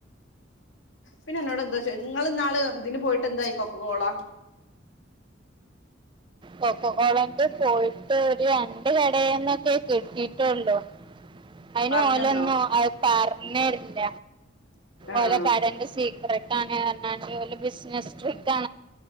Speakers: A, on the left; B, on the right.
A: പിന്നെ എന്നോട്ന്താെ ച്ചോ ങ്ങൾ ന്നാള് തിന് പോയ്ട്ട് എന്തായി കൊക്കകോള
B: കൊക്ക കോളൊണ്ട് പോയിട്ട് ഒരു രണ്ട് കടേന്നൊക്കെ കിട്ടിട്ടൊള്ളൂ അയ്ന്
A: പറഞ്ഞന്നോ
B: ഓലൊന്നും അത് പർഞ്ഞേര്ല്ല
A: ആഹ്
B: ഓല കടന്റെ സീക്രട്ടാണ് അർണാണ്ട് ഓലേ ബിസ്നസ് ട്രിക്കാ